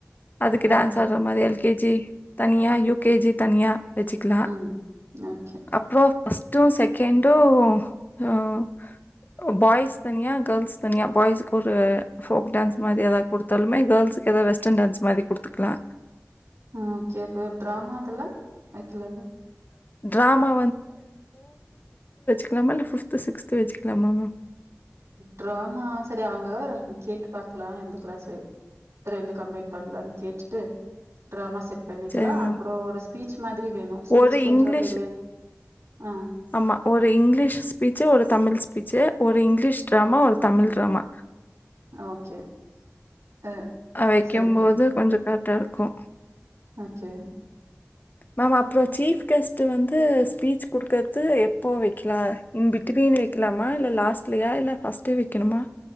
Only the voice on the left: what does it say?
அதுக்கு டான்ஸ்
ஆட்ற மாரி எல் கே ஜி தனியா யு கே ஜி தன்யா வெச்சிக்குலா
அப்றோ ஃபஸ்ட்டு செகண்டு ம் பாய்ஸ் தனியா கேள்ஸ் தனியா பாய்ஸ்க்கு ஒரு போக் டான்ஸ் மாரி எதாவ்து கொடுத்தாலுமே கேள்ஸ்க் எதாவ் வெஸ்டர்ன் டான்ஸ் மாரி கொடுத்துக்கலா
ட்ராமா ட்ராமால பிப்து சிக்ஸ்து வெச்சிக்கலாமா மாம்
செரி மேம்
ஒரு
இங்லீஷ்
ஆம்மா ஒரு இங்லீஷ் ஸ்பீச்சு ஒரு தமிழ் ஸ்பீச்சு ஒரு இங்லீஷ் டிராமா ஒரு தமிழ் டிராமா
ஹ வைக்கும்போது
கொஞ்ச கரெட்டா இருக்கும்
மேம் அப்றொம் சீஃப் கெஸ்ட் வந்து ஸ்பீச் குடுக்கற்து எப்போ வெக்கலா இன் பிட்வீன்னு வெக்கலாமா இல்ல லாஸ்ட்லயா இல்ல ஃபஸ்ட்டே வெக்கணுமா